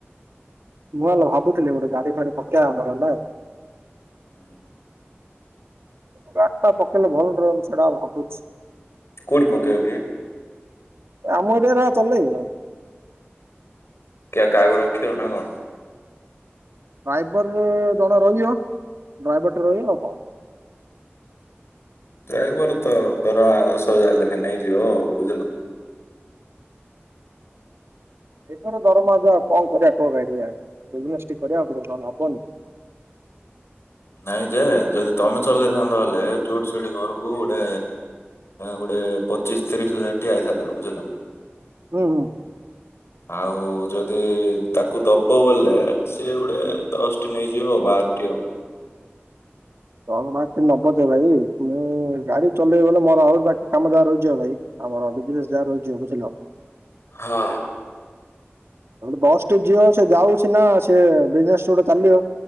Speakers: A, on the right; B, on the left.
A: ମୁଁ ହେଲା ଭାବୁଥିଲି ଗୋଟେ ଗାଡି ଫାଡି ପକେଇବା ଆମର ହେଲା
B: ହୁଁ।
A: ଗାଡି ଟା ପକେଇଲେ ଭଲ ରହିବ ସେଟା ଭାବୁଛି
B: କୋଉଟି ପକେଇବକି
A: ଆମ ଏରିଆରେ ଆ ଚାଲେଇବ
B: କିଆ କାହାକୁ ରଖିବ ନା କଣ?
A: ଡ୍ରାଇଭର ଜଣେ ଜଣ ରହିବ ଡ୍ରାଇଭର ଟେ ରହିବ ଆଉ କଣ
B: ଡ୍ରାଇଭର ତ ଧର ଦଶ ହଜାର ଲେଖେ ନେଇଯିବ ହଉ ବୁଝିଲ,
A: ଏଇଥର ଦରମା ଯ ଆଉ କଣ କରିବା କହ ଏ ବିଜନେସ କରିବାକୁ ପଡ଼ିବ ନେଲେ ହବନି,
B: ନାଇଁ ଯେ ଯଦି ତମେ ଚଲେଇଥାନ୍ତା ହେଲେ ଯୋଉଠି ସେଠି ଘରକୁ ଗୋଟେ ଗୋଟେ ପଚିଶ ତିରିଶ ହଜାର ଟିଏ ଆଇଥାନ୍ତା ବୁଝିଲ,
A: ହୁଁ ହୁଁ।
B: ଆଉ ଯଦି ତାକୁ ଦବ ବୋଲେ ସିଏ ଗୋଟେ ଦଶଟି ନେଇଯିବ ଆଉ ବାରଟି ଆଉ,
A: ଦଶ ବାର ଟେ ନବ ଜେ ଭାଇ ମୁ ଗାଡି ଚଲେଇବି ବଲେ ମୋର ଆହୁରି ବାକି କାମ ଯା ରହିଛିିବ ଭାଇ ଆମର ବିଜନେସ ଯାହା ରହିଯିବ ବୁଝିଲ,
B: ହଁ
A: ବସ୍ ଟେ ଯିବ ସେ ଯାଉଛି ନା ସେ ବିଜନେସ ଗୋଟେ ଚାଲିବ